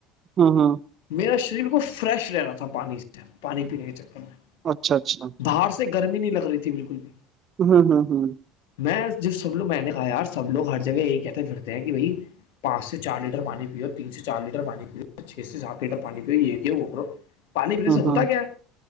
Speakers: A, on the right (about 40°); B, on the left (about 65°).
A: ہاں ہاں
B: میرا شریر بالکل فریش رہنا تھا پانی سے پانی پینے کے چکر میں
A: اچھا اچھا
B: دھار سے گرمی نہیں لگ رہی تھی بالکل بھی
A: ہوں ہوں ہوں
B: میں ج سب لوگ میں نے کہا یار سب لوگ ہر جگہ یہی کہتے پھرتے ہیں کہ بھائی پانچ سے چار لیٹر پانی پیو تین سے چار لیٹر پانی پیو چھ سے سات لیٹر پانی پیو یہوو پانی پینے
A: ہوں
B: سے ہوتا
A: ہاں
B: کیا ہے